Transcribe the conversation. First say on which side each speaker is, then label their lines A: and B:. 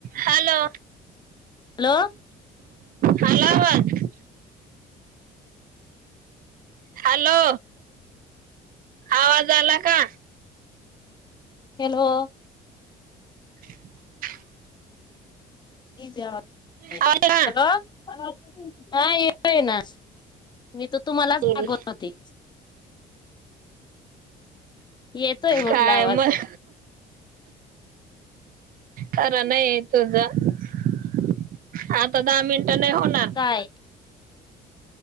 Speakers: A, on the right; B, on the left.
A: Hello.
B: Hello
A: hello बोल. Hello. आवाज आला का?
B: हॅलो.
A: <inaudible>
B: हॅलो
A: आवाज आला
B: हां येतोय ना. मी तर तुम्हालाच
A: का
B: <unintelligible> त होते. येतोय म्हटलं
A: काय
B: आवाज
A: म. <unintelligible> खर नाहीयं तुझ आता दहा मिनट नाही होणार.
B: काय